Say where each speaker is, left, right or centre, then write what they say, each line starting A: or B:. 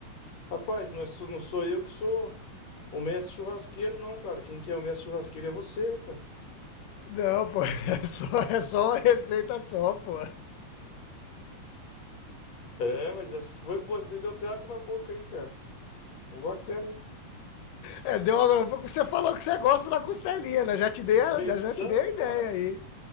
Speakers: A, on the left (about 60°); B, on the left (about 80°).
A: Rapaz, não, é, só- não sou eu que sou o mestre churrasqueiro, não, cara. Quem que é o mestre churrasqueiro é você, rapaz.
B: Não, pô, <laughs> é só, é só uma receita só, pô.
A: É, mas essa foi boa. Você deu até água na boca aí, cara. Ficou bacana.
B: É, deu agora um pouco você falou que você gosta da costelinha, né? Já te dei a,
A: Então,
B: já te dei a ideia
A: pai.
B: aí.